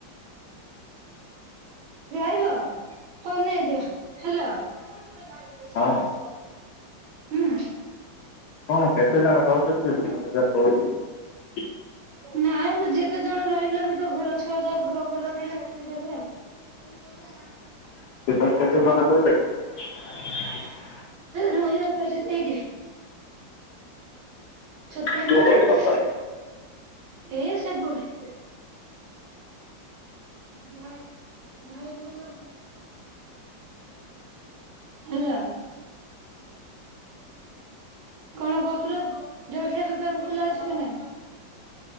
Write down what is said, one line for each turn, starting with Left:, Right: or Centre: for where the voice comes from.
Right: <unintelligible>
Left: ହଁ
Right: ହୁଁ।
Left: କଣ କେତେ ଜଣ କହୁଛନ୍ତି ହଜାର କହୁଛନ୍ତି?
Right: ନାଇଁ ଯେତେ ଜଣ ରହିଲେ ବି ତ ଘର ଛଅଜାର ଘର ଭଲ ଥିଲେ ସେତିକି ଦେବେ ଆଉ। <inaudible>
Left: <inaudible> <inaudible> <inaudible> <inaudible> <inaudible>
Right: ରହିବା କହିଛନ୍ତି ଏଇଠି। ଛତା
Left: କିଏ
Right: ଟିକେ
Left: ରହିବ
Right: ଦଉଛି
Left: କହ?
Right: ଆକୁ ଏ ସେପୁର ଘାାଇ ଘାାଇ ଗୁ ଲ ହେଲା କଣ କହୁଥିଲ ଜଳଖିଆ ଦୋକାନ ଖୋଲା ଅଛି କି ନାଇଁ